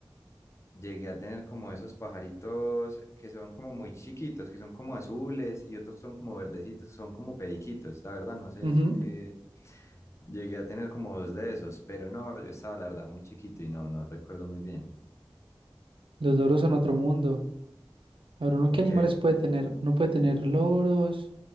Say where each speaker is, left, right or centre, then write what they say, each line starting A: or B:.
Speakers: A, on the left; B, on the right.
A: llegué a tener como esos pajaritos que son como muy chiquitos, que son como azules y otros son como verdecitos, son como periquitos. La verdad, no sé
B: Ujú.
A: eso que llegué a tener como dos de esos, pero no, yo estaba la verdad muy chiquito y no, no recuerdo muy bien.
B: Los loros son otro mundo. A ver, ¿uno
A: Porque,
B: qué animales puede tener? Uno puede tener loros.